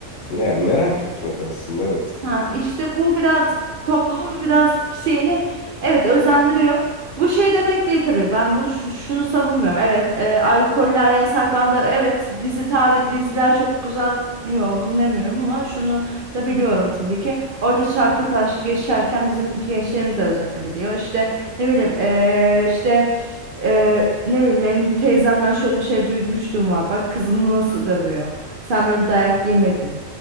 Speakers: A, on the left; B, on the right.
A: Yani merak etmek aslında evet.
B: Ha işte bu biraz toplumun biraz şeyini evet özendiriyor. Bu şey demek değil tabii. Ben bunu şu- şunu savunmuyorum. Evet, e, alkoller yasaklandı. Evet, dizi tarih diziler çok güzel. Yo, bunu demiyorum ama şunu da biliyorum tabii ki. Orada çarpık aşk yaşarken bizim gençlerimiz de özenebiliyor. İşte ne bileyim e, işte e, ne bileyim benim teyzemden şöyle bir şey duymuştum var. Bak kızını nasıl dövüyor. Sen böyle dayak yemedin.